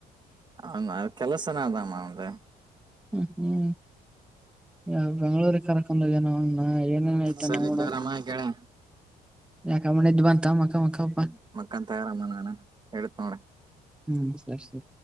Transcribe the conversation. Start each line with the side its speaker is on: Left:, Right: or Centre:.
Right: ಹೌದ ಕೆಲಸನ ಅದಾಮಮ್ಮ ಅವಂದು
Centre: ಹ್ಮ್ ಹ್ಮ್ ಯ ಬೆಂಗಳೂರಿಗೆ ಕರ್ಕೊಂಡೋಗ ಏನೇನ್ ಆಯ್ತ
Right: ಸರಿ
Centre: ನೋಡ.
Right: ತಗರಮ್ಮ ಗೆಳೆಯ
Centre: ಯಾಕೆ ನಿದ್ರೆ ಬಂತ ಮಕ್ಕ ಮಕ್ಕ.
Right: ಕಂತಯರಮ್ಮ ನಾನು ಹೇಳೇತತ್ ನೋಡ್ರ.
Centre: ಹು ಅಷ್ಟೇ.